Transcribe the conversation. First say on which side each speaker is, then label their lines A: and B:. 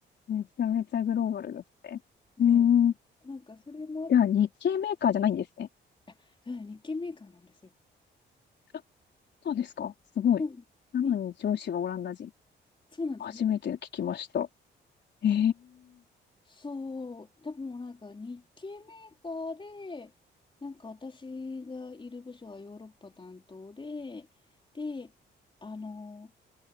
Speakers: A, on the left; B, on the left.
A: ー、めちゃめちゃグローバルですね。
B: う。
A: うん
B: そう。なんかそれもあって、
A: じゃあ日系メーカーじゃないんですね。
B: あ、それは日系メーカーなんですよ。
A: あそうですか。すごい。
B: うん。
A: なのに上司がオランダ人。
B: に、そうなんですね。
A: 初めて聞きました。ええ
B: そう、多分なんか日系メーカーで、なんか私がいる部署はヨーロッパ担当で、で、あの、